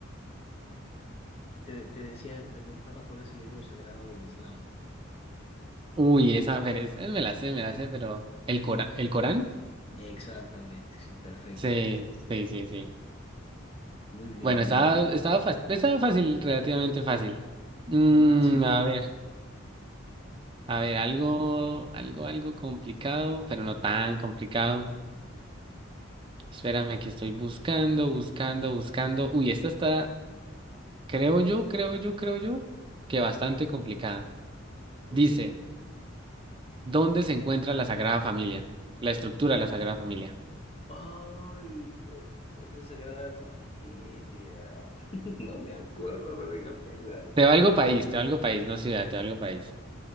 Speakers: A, on the left; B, on the right.
A: Te, te decía, te preguntaba cuál es el libro sagrado del Islam.
B: Uy, esa, a ver, es- me la sé, me la sé, pero el Corán, el Corán,
A: Exactamente, sí, perfecto.
B: sí, sí, sí, sí.
A: Muy bien,
B: Bueno,
A: muy
B: estaba,
A: bien.
B: estaba, fácil, estaba fácil, relativamente fácil. Mm,
A: La verdad, sí.
B: a ver, a ver, algo, algo, algo complicado, pero no tan complicado. Espérame que estoy buscando, buscando, buscando. Uy, esta está, creo yo, creo yo, creo yo, que bastante complicada.
A: Ok.
B: Dice, ¿dónde se encuentra la Sagrada Familia? La estructura de la Sagrada Familia.
A: Ay, por Dios, la Sagrada Familia. <laughs> No me acuerdo, a ver, deja pensar.
B: Te valgo país, te valgo país, no ciudad, te valgo país.